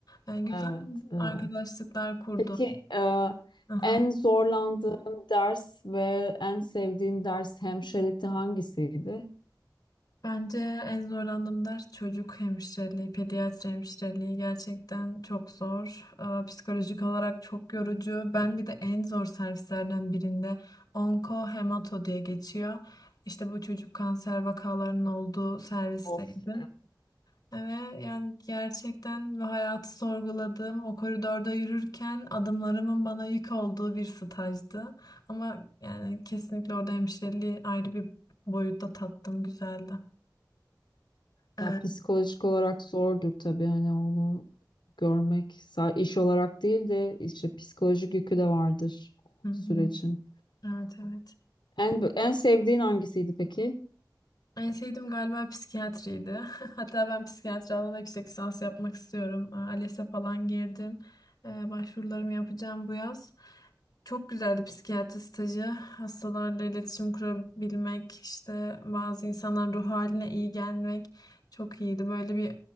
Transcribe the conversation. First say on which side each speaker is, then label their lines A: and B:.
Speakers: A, on the left; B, on the left.
A: Ee, güzel
B: Evet, evet.
A: arkadaşlıklar kurdum.
B: Peki e,
A: Aha.
B: en zorlandığın ders ve en sevdiğin ders hemşirelikte hangisiydi?
A: Bence en zorlandığım ders çocuk hemşireliği, pediatri hemşireliği gerçekten çok zor. Ee, psikolojik olarak çok yorucu. Ben bir de en zor servislerden birinde onko hemato diye geçiyor. İşte bu çocuk kanser vakalarının olduğu servisteydim.
B: Of.
A: Ve yani gerçekten ve hayatı sorguladığım o koridorda yürürken adımlarımın bana yük olduğu bir stajdı. Ama yani kesinlikle orada hemşireliği ayrı bir boyutta tattım, güzeldi. Ee,
B: Ya psikolojik olarak zordur tabii hani onu görmek sa- iş olarak değil de işte psikolojik yükü de vardır o
A: hı hı.
B: sürecin.
A: Evet evet.
B: En en sevdiğin hangisiydi peki?
A: En sevdiğim galiba psikiyatriydi. <laughs> Hatta ben psikiyatri alanında yüksek lisans yapmak istiyorum. Aa, ALES'e falan girdim. Ee, başvurularımı yapacağım bu yaz. Çok güzeldi psikiyatri stajı. Hastalarla iletişim kurabilmek, işte bazı insanların ruh haline iyi gelmek çok iyiydi. Böyle bir